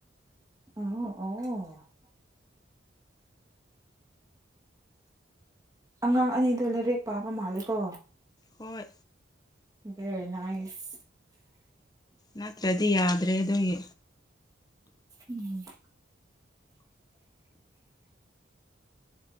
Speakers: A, on the right; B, on the left.
A: ꯑꯣ ꯑꯣ ꯑꯉꯥꯡ ꯑꯅꯤꯗꯣ ꯂꯩꯔꯤꯛ ꯄꯥꯕ ꯃꯥꯜꯂꯦꯀꯣ
B: ꯍꯣꯏ
A: ꯕꯦꯔꯤ ꯅꯥꯏ꯭ꯁ
B: ꯅꯠꯇ꯭ꯔꯗꯤ ꯌꯥꯗ꯭ꯔꯦ ꯑꯗꯨꯏ
A: ꯎꯝ